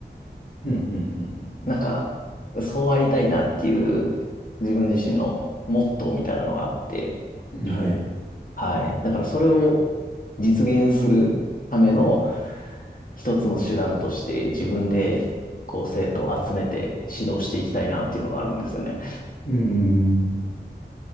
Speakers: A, on the left; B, on the left.
A: うん、うん、うん、うん。
B: なんか、そうありたいなっていう自分自身のモットーみたいなのがあって、
A: うんはい。
B: はい。だからそれを実現するための一つの手段として自分でこう生徒を集めて指導していきたいなっていうのがあるんですよね。
A: うん。